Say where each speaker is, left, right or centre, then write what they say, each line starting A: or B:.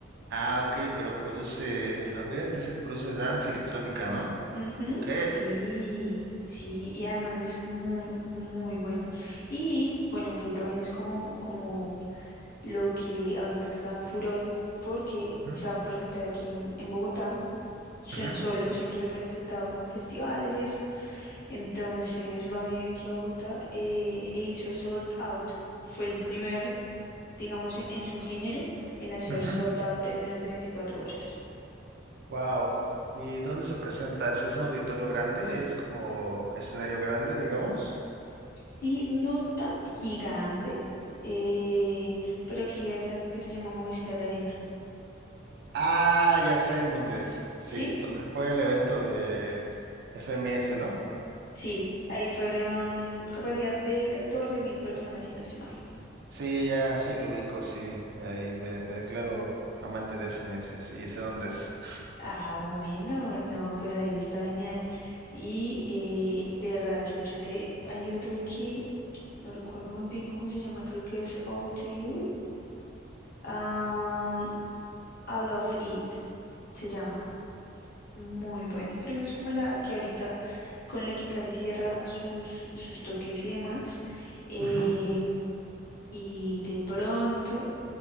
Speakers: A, on the right; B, on the left.
A: Ah, ok, pero produce, a ver, dice que produce dance y electrónica, ¿no?
B: Ujú,
A: Ok.
B: Sí, sí, y además es muy, muy bueno. Y bueno, que también es como, como lo que ahorita está en furor, porque
A: Ujú,
B: se va a presentar aquí en, en Bogotá. Son
A: ujú,
B: solo, siempre se ha presentado como en festivales y esto. Entonces va a venir aquí a Bogotá eh, e hizo Sold Out. Fue el primer, digamos, en, en su género en hacer
A: ujú.
B: Sold Out en menos de 24 horas.
A: Wow. ¿Y dónde se presenta? ¿Si es un auditorio grande? ¿Es como escenario grande, digamos?
B: Sí, no tan gigante, eh, pero aquí es algo que se llama Movistar Arena.
A: Ah, ya sé en dónde es. Sí,
B: ¿Sí?
A: donde fue el evento de FMS, ¿no?
B: Sí, ahí fueron capacidad de 14 mil personas, si no estoy mal.
A: Sí, ya, sí lo ubico, sí. Ahí me, me declaro amante de FMS, sí, sé dónde es.
B: Ah, bueno, no, pues ahí está genial. Y eh, de verdad, escúchate, hay otra que no recuerdo muy bien cómo se llama, creo que es All to You. Ah, I Love It se llama. Muy buena. Creo que es como la que ahorita con la que casi cierra sus, sus toques y demás. Eh,
A: <laughs> Ujú.
B: y de pronto,